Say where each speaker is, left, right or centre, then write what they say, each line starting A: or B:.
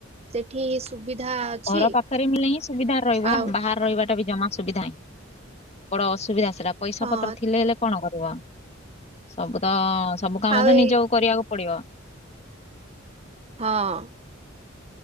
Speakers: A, on the right; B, on the left.
A: ସେଠି ସୁବିଧା ଅଛି
B: ଘର ପାଖରେ ମିିଳିଲେ ହିଁ ସୁବିଧାରେ ରହିବୁ।
A: ଆଉ
B: ବାହାର ରହିବା ଟା ବି ଜମା ସୁବିଧା ନାହିଁ। ବଡ ଅସୁବିଧା ସେଇଟା ପଇସା
A: ହଁ
B: ପତ୍ର ଥିଲେ ହେଲେ କଣ ହବ <unintelligible> ସବୁ ତ ସବୁ କାମ
A: ଆଉ
B: ତ
A: ଏଇ
B: ନିଜକୁ କରିବାକୁ ପଡ଼ିବ।
A: ହଁ।